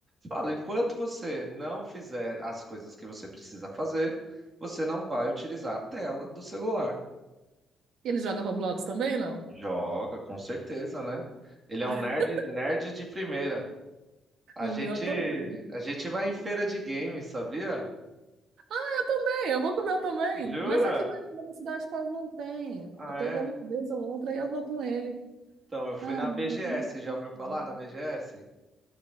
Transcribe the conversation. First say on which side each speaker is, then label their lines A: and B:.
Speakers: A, on the right (about 25°); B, on the right (about 70°).
A: Falo, enquanto você não fizer as coisas que você precisa fazer, você não vai utilizar a tela do celular.
B: Ele joga Roblox também, não?
A: Joga, com certeza, né? Ele
B: <laughs>
A: é um nerd, nerd de primeira. A
B: O
A: gente,
B: meu também.
A: a gente vai em feira de games, sabia?
B: Eu também, eu vou com o meu também.
A: Jura?
B: Mas aqui na na minha cidade quase não tem.
A: Ah,
B: Teve
A: é?
B: uma vez ou outra, aí eu vou com ele.
A: Então, eu fui
B: Ah,
A: na
B: mas
A: BGS,
B: eu queria que eu
A: já ouviu
B: tivesse.
A: falar na BGS?